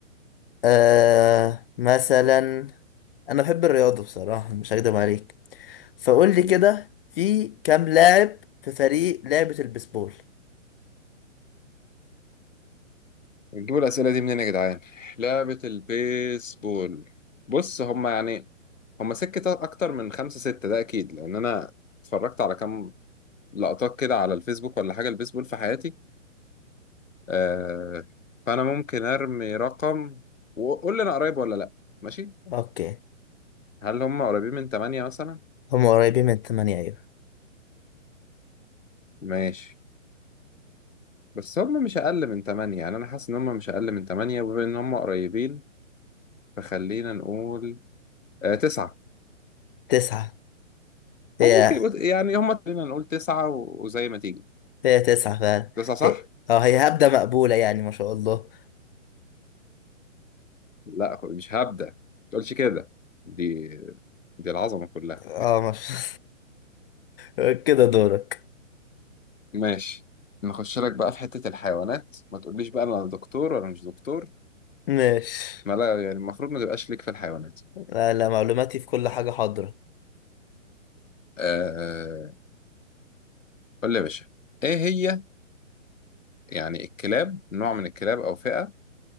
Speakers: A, on the left (about 45°); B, on the left (about 75°).
A: آه مثلا أنا بحب الرياضة بصراحة مش هكدب عليك فقول لي
B: مم.
A: كده في كام لاعب في فريق لعبة البيسبول
B: نجيبوا الأسئلة دي منين يا جدعان لعبة البيسبول بص هما يعني هما سكة أكتر من خمسة ستة ده أكيد لأن أنا اتفرجت على كام لقطات كده على الفيسبوك ولا حاجة البيسبول في حياتي آه فأنا ممكن أرمي رقم وقول لي أنا قريب ولا لأ ماشي
A: اوكي
B: هل هم قريبين من تمانية مثلا؟
A: هم قريبين من تمانية ايوه
B: ماشي بس هم مش أقل من تمانية يعني أنا حاسس إن هم مش أقل من تمانية وبما إن هم قريبين فخلينا نقول آه تسعة
A: تسعة هي
B: هم ممكن يقول- يعني هم خلينا نقول تسعة و- وزي ما تيجي
A: هي تسعة فعلا
B: تسعة صح؟
A: هي اه هي هبدة مقبولة يعني ما شاء الله
B: لا مش هبدأ ما تقولش كده دي دي العظمة كلها
A: اه ما شاء الله <laughs> كده دورك
B: ماشي نخش لك بقى في حتة الحيوانات ما تقوليش بقى انا دكتور ولا مش دكتور
A: ماشي
B: ما لا يعني المفروض ما تبقاش ليك في الحيوانات
A: لا لا معلوماتي في كل حاجة حاضرة
B: آه... قول لي يا باشا ايه هي يعني الكلاب نوع من الكلاب او فئة